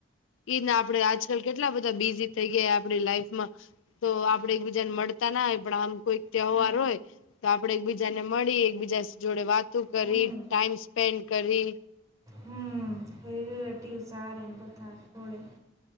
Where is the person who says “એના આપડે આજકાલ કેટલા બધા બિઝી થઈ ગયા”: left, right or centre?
Left